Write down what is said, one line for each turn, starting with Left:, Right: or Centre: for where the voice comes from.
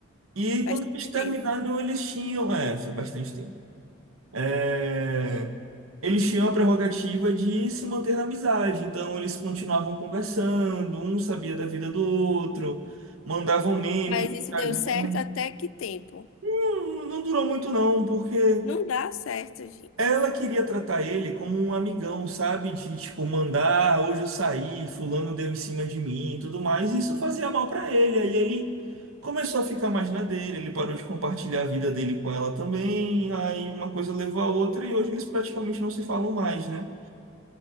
Right: E
Left: bastante
Right: quando eles terminaram,
Left: tempo.
Right: eles tinham, é, foi bastante tempo. É, eles tinham a prerrogativa de se manter na amizade, então eles continuavam conversando, um sabia da vida do outro, mandavam meme
Left: Mas
Right: no
Left: isso deu
Right: Instagram.
Left: certo até que tempo?
Right: Não, não durou muito não, porque
Left: Não dá certo, gente.
Right: Ela queria tratar ele como um amigão, sabe? De tipo, mandar, "Ah, hoje eu saí, fulano deu em cima de mim e tudo mais. E isso fazia mal pra ele. Aí ele começou a ficar mais na dele, ele parou de compartilhar a vida dele com ela também. Aí uma coisa levou a outra e hoje eles praticamente não se falam mais, né?